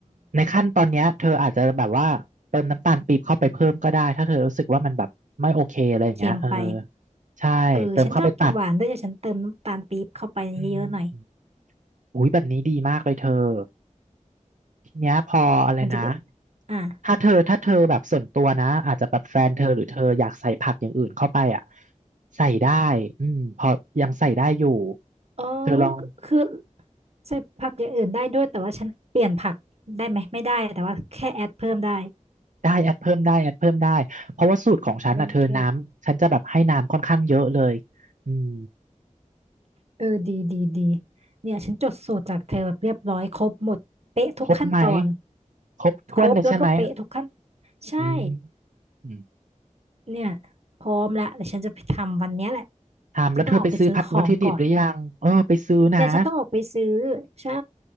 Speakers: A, on the right; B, on the right.
A: ในขั้นตอนเนี้ยเธออาจจะแบบว่าเติมน้ำตาลปี๊บเข้าไปเพิ่มก็ได้ถ้าเธอรู้สึกว่ามันแบบไม่โอเคอะไรอย่างเงี้ยเออ
B: เค็มไป
A: ใช่เติมเข้าไปตัด
B: เออฉันชอบกินหวานด้วยเดี๋ยวฉันเติมน้ำตาลปี๊บเข้าไปเยอะๆหน่อย
A: อืม อุ้ยแบบนี้ดีมากเลยเธอทีเนี้ยพออะไรนะ
B: มันจะได้อ่ะ
A: ถ้าเธอถ้าเธอแบบส่วนตัวนะอาจจะแบบแฟนเธอหรือเธออยากใส่ผักอย่างอื่นเข้าไปอ่ะใส่ได้อืมพอยังใส่ได้อยู่
B: อ๋อ
A: เธอลอง
B: คือคือใส่ผักอย่างอื่นได้ด้วยแต่ว่าฉันเปลี่ยนผักได้ไหมไม่ได้แต่ว่าแค่แอดเพิ่มได้
A: ได้แอดเพิ่มได้แอดเพิ่มได้เพราะว่าสูตรของฉันอ่ะเธอน้ำฉันจะแบบให้น้ำค่อนข้างเยอะเลย
B: โอเค
A: อืม
B: เออดีดีดีเนี่ยฉันจดสูตรจากเธอแบบเรียบร้อยครบหมดเป๊ะทุกขั้นตอน
A: ครบไหมครบถ้วนเลยใช่ไหม
B: ครบแล้วก็เป๊ะทุกขั้นใช่
A: อืมอืม
B: เนี่ยพร้อมละแต่ฉันจะไปทำวันเนี้ยแหละ
A: ถามแล้วเธอไปซื้อผัดวัตถุดิบหรือยังเออไปซื้อนะ
B: ฉันต้องออกไปซื้อของก่อนแต่ฉันต้องออกไปซื้อใช่